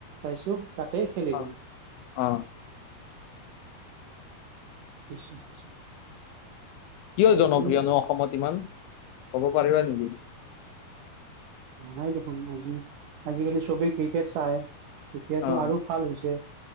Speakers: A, on the right; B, on the left.
A: পাইছো তাতে খেলিলোঁ।
B: অ অ।
A: <inaudible>
B: কিয়
A: আৰু
B: জনপ্ৰিয়নো
A: তুমি
B: অসমত ইমান, ক'ব পাৰিবা নেকি?
A: জানাই দেখোন আজি আজিকালি, চবেই ক্ৰিকেট চাই এতিয়াতো
B: অ
A: আৰু ভাল হৈছে।